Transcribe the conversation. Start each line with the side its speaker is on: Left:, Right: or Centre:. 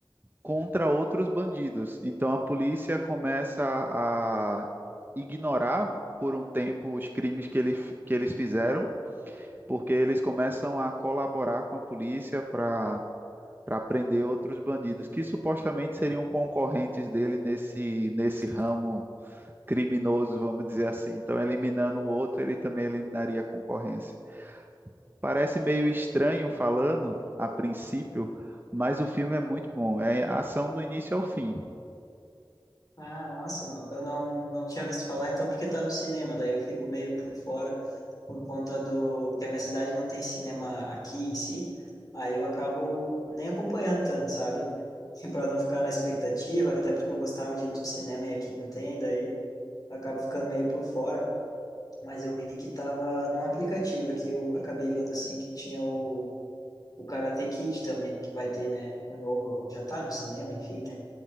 Right: contra outros bandidos. Então a polícia começa a ignorar por um tempo os crimes que, ele, que eles fizeram, porque eles começam a colaborar com a polícia para para prender outros bandidos que supostamente seriam concorrentes dele nesse nesse ramo criminoso, vamos dizer assim. Então, eliminando o outro, ele também eliminaria a concorrência. Parece meio estranho falando a princípio, mas o filme é muito bom. É ação do início ao fim.
Left: Ah, massa, meu. Eu não, não tinha visto falar, então, porque tá no cinema, daí eu fico meio por fora, por conta do que a minha cidade não tem cinema aqui em si, aí eu acabo nem acompanhando tanto, sabe? <laughs> E para não ficar na expectativa, até porque eu gostava de ir no cinema e aqui não tem, daí eu acabo ficando meio por fora. mas eu vi que tava num aplicativo aqui, eu acabei vendo assim que tinha o, o Karate Kid também, que vai ter, né? Um novo, agora. já tá no cinema, enfim, né?